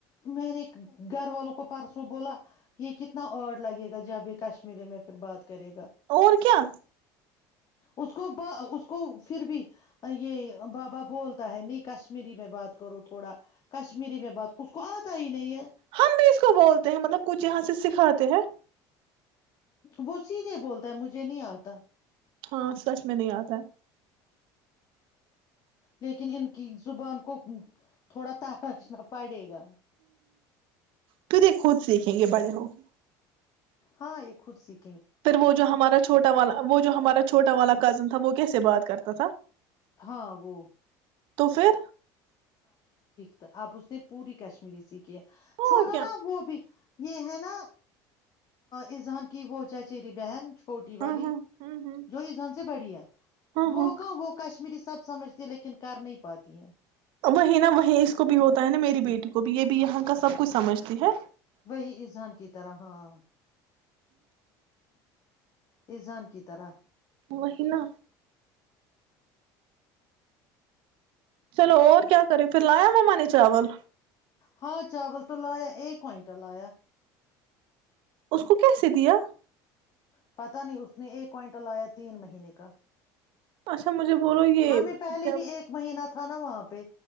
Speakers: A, on the left; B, on the right.
A: میں نے گھر والوں کو پرسوں بولا یہ کتنا آڈ لگے گا جب یہ کشمیری میں پھر بات کرے گا
B: اور کیا
A: اس کو اس کو پھر بھی یہ بابا بولتا ہے نہیں کشمیری میں بات کرو تو تھوڑا کشمیری میں بات اس کو آتا ہی نہیں ہے
B: ہم اس کو بولتے ہیں مطلب کچھ یہاں سے سکھاتے ہیں
A: وہ سیدھے بولتا ہے مجھے نہیں آتا
B: ہاں سچ میں نہیں آتا ہے
A: لیکن ان کی زبان کو تھوڑا ترشنا پڑے گا
B: تو دے خود سیکھیں گے بڑے ہوگئے
A: ہاں یہ خود سیکھ
B: پھر وہ جو ہمارا چھوٹا والا وہ جو ہمارا چھوٹا والا کزن تھا وہ کیسے بات کرتا توسا
A: ہاں وہ
B: تو پھر
A: تو آپ اس نے پوری کشمیری سیکھ چھوڑو
B: اور کیا
A: نا وہ بھی یہ ہے نا اس جان کی وہ چچیری بہن پوٹی والی
B: ہاں ہاں ہوں ہوں
A: جو ایزان سے بڑی ہے
B: ہاں
A: وہ
B: ہاں
A: کہ وہ کش کشمیری سب سمجھتی لیکن کر نہیں پاتی ہے
B: وہی نا وہیں اس کو بھی ہوتا ہے نا میری بیٹی کو بھی یہ بھی یہاں کا سب کچھ سمجھتی ہے
A: وہی اذان کی طرح ہاں ازان کی طرح
B: وہی نا چلو اور کیا کری پھر لایا مما نے چاول
A: ہاں چاول تو لایا ایک کونٹا لایا
B: اس کو کیسے دیا
A: پتا نہیں اس نے ایک کوئنٹل لایا تین مہینے کا
B: اچھا مجھے بولو یہ
A: ہمیں پہلے
B: کیا
A: بھی ایک مہینہ تھا تھا نا وہاں پہ